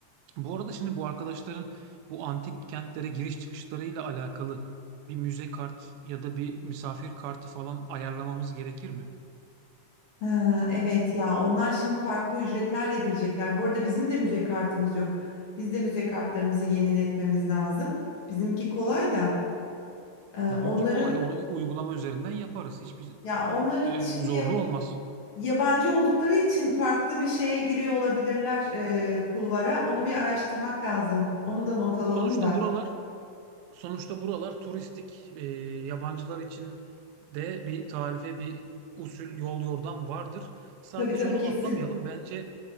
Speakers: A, on the right; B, on the left.
A: Bu arada şimdi bu arkadaşların bu antik kentlere giriş çıkışlarıyla alakalı bir müze kart ya da bir misafir kartı falan ayarlamamız gerekir mi?
B: Ha, evet ya onlar şimdi farklı ücretlerle girecekler. Bu arada bizim de müze kartımız yok. Biz de müze kartlarımızı yeniletmemiz lazım. Bizimki kolay da e, onların
A: Bizimki kolay. Onu uygulama üzerinden yaparız. Hiçbir
B: ya onların
A: e,
B: şimdi
A: zorluğu
B: ya-
A: olmaz.
B: yabancı oldukları için farklı bir şeye giriyor olabilirler e, kulvara. Onu bir araştırmak lazım. Onu da not alalım
A: Sonuçta
B: da.
A: buralar sonuçta buralar turistik. E, yabancılar için de bir tarife, bir usul, yol yordam vardır. Sadece
B: Tabii tabii
A: onu
B: kesin.
A: atlamayalım. Bence